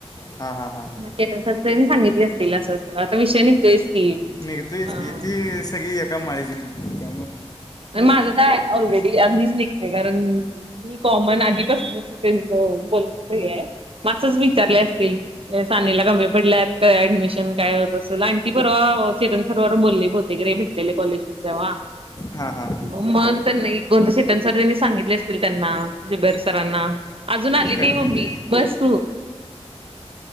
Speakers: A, on the left (about 35°); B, on the right (about 55°).
A: हां हां हां हां
B: मग चेतन सरनं सांगितले असतील असं अस आता विषय निघतोयच की,
A: निघतोयच
B: अ
A: की ती सगळी एका माळेची मनी
B: माझं तर आ ऑलरेडी आधीच निघतय कारण मी कॉमन आधीकचं त्यांचं बोलचं हे हाय म असच विचारले असतील या सानिला कमी पडल्यात काय ऍडमिशन काय कस आंटी पर्वा हो चेतन सरवर बोलली बहुतेक भेटलेले रे कॉलेज देवा
A: हां हां हां
B: मंग त्याना इकवण्यासाठी पण सर त्यांनी सांगितले असतील त्यांना जुबेर सरांना अजून आली नाही
A: कमी
B: मम्मी बस तू